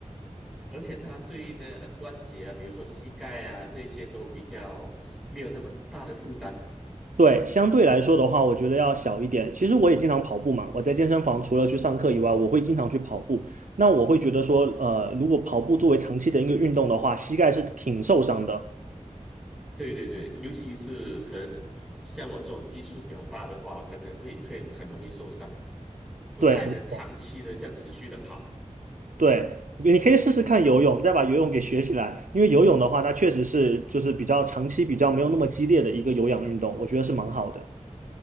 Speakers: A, in the centre; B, on the right (about 80°).
A: 而且它对那呃关节啊，比如说膝盖啊这一些都比较没有那么大的负担。
B: 对，相对来说的话，我觉得要小一点。其实我也经常跑步嘛，我在健身房除了去上课以外，我会经常去跑步。那我会觉得说，呃，如果跑步作为长期的一个运动的话，膝盖是挺受伤的。
A: 对对对，尤其是可能像我这种基数比较大的话，可能会会很容易受伤，不太能长期的这样持续的跑。
B: 对对，你可以试试看游泳，再把游泳给学起来。因为游泳的话，它确实是就是比较长期、比较没有那么激烈的一个有氧运动，我觉得是蛮好的。